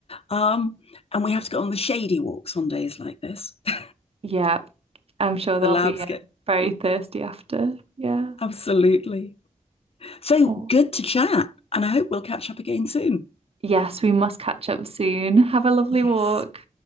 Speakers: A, on the left; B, on the right.
A: Um, and we have to go on the shady walks on days like this. <laughs>
B: Yeah, I'm sure they'll
A: The labs
B: be um,
A: get
B: very thirsty after. Yeah.
A: absolutely. So
B: Oh.
A: good to chat. And I hope we'll catch up again soon.
B: Yes, we must catch up soon. Have a lovely
A: Yes.
B: walk.